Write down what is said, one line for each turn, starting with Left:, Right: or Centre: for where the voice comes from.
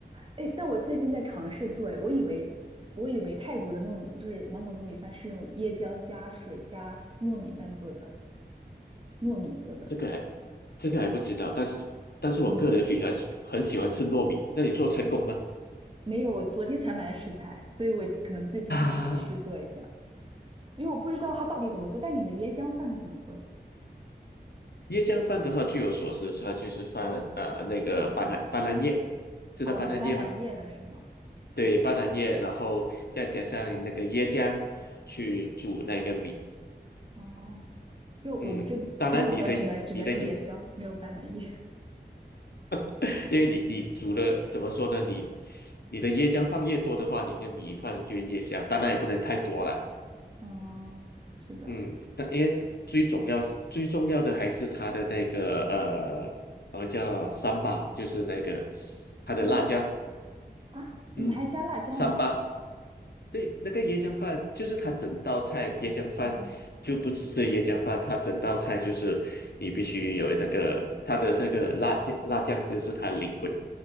Right: 哎，但我最近在尝试做，哎，我以为我以为泰国的糯米就是芒果糯米饭是用椰浆加水加糯米饭做的，糯米做的。
Left: 这个还这个还不知道，但是但是我个人非常喜很喜欢吃糯米，
Right: 你
Left: 那你做成功吗？
Right: 没有，我昨天才买的食材，所以我可能最近会尝试做一下，
Left: <laughs> 啊，
Right: 因为我不知道它到底怎么做。但你们椰浆饭是怎么做的？
Left: 椰浆饭的话，据我所知，它就是放呃那个斑斓斑斓叶，知道斑斓叶吗？
Right: 哦，有斑斓叶的是吗？
Left: 对，斑斓叶，
Right: 哦
Left: 然后再加上那个椰浆去煮那个米。
Right: 哦，就我们这，
Left: 嗯，当然你的你的椰，
Right: 那我可能只能只能用椰浆，没有斑斓叶。
Left: <laughs> 因为你你煮了怎么说呢？你你的椰浆放越多的话，你的米饭就越香。当然也不能太多了。
Right: <laughs> 嗯，是的，
Left: 嗯，但因为最重要是最重要的还是它的那个呃，我们叫三巴，就是那个它的辣椒。
Right: 行吧。啊，你们还加辣椒呢？
Left: 嗯，三巴。对，那个椰浆饭就是它整道菜，椰浆饭就不只是椰浆饭，
Right: 啊。
Left: 它整道菜就是你必须有那个它的那个辣酱，辣酱就是它的灵魂。